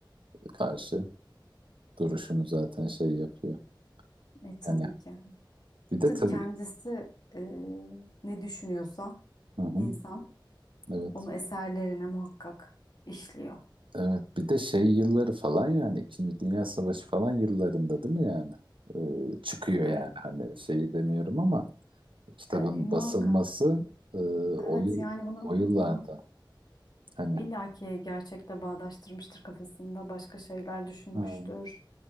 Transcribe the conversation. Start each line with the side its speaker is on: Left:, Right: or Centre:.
Right: karşı duruşunu zaten şey yapıyor.
Left: E, tabii
Right: Hani
Left: ki.
Right: bir de
Left: Tabii
Right: tabii
Left: kendisi e, ne düşünüyorsa
Right: Hı hı,
Left: insan
Right: evet.
Left: onu eserlerine muhakkak işliyor.
Right: Evet bir de şey yılları falan yani İkinci Dünya Savaşı falan yıllarında değil mi yani? Ee, çıkıyor
Left: E,
Right: yani hani şeyi demiyorum ama kitabın
Left: e, muhakkak.
Right: basılması e,
Left: Evet
Right: o yıl
Left: yani bunu
Right: o yıllarda
Left: hı hı.
Right: hani
Left: illa ki gerçekle bağdaştırmıştır kafasında. Başka şeyler düşünmüştür.
Right: hı